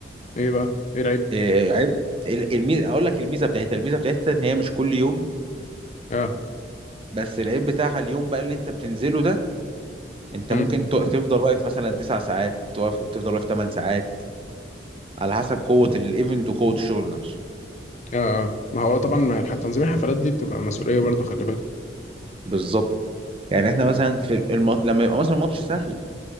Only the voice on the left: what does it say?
ايه بقى ايه العيب
اه
امم
اه آه. ما هو طبعا ما الح- تنظيم الحفلات دي بتبقى مسؤوليه برضو خلي بالك